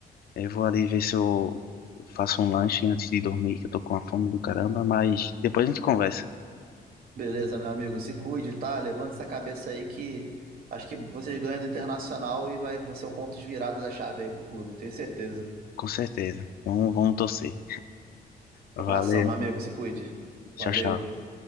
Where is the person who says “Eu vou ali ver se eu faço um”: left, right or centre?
Left